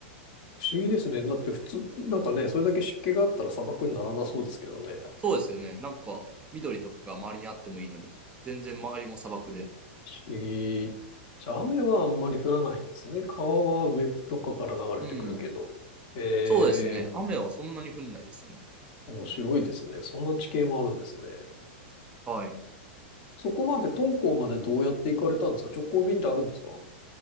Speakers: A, on the left; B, on the right.
A: 不思議ですね。だって普通、なんかね、それだけ湿気があったら砂漠にならなそうですけどね。不
B: そうですよね。なんか、緑とかが周りにあってもいいのに、全然周りも砂漠で。
A: 思議。じゃあ雨はあんまり降らないんですね。川は上とかから流れてくるけど。
B: うん。
A: ええ
B: そうですね。雨はそんなに降んないですね。
A: 面白いですね。そんな地形もあるんですね。
B: はい。い
A: そこまで、敦煌までどうやって行かれたんですか直行便ってあるんですか